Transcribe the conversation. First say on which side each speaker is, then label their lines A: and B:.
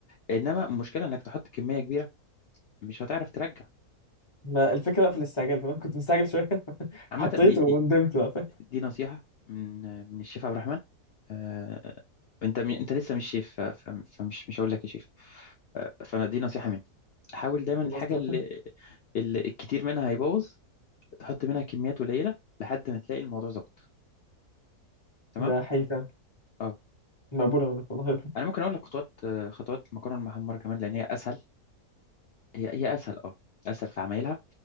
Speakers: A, on the left (about 70°); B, on the left (about 25°).
A: إنما المشكلة إنك تحط كمية كبيرة مش هتعرف ترجع
B: ما الفكره بقى في الاستعجال فانا كنت مستعجل شويه <laughs>
A: عامة
B: حطيت
A: دي دي
B: وندمت بقى فاهم
A: دي نصيحة من آه، من الشيف عبد الرحمن آه، أنت م- أنت لسه مش شيف ف- ف- فمش مش هقول لك يا شيف آه، فأنا دي نصيحة مني حاول دايما الحاجة
B: خلصت بقى.
A: اللي اللي الكتير منها هيبوظ تحط منها كميات قليله لحد ما تلاقي الموضوع ظبط تمام
B: ده حقيقي فعلا
A: اه
B: مقبوله منك والله
A: انا ممكن اقول لك خطوات آه، خطوات المكرونه المحمره كمان لان هي اسهل هي هي اسهل اه اسهل في عمايلها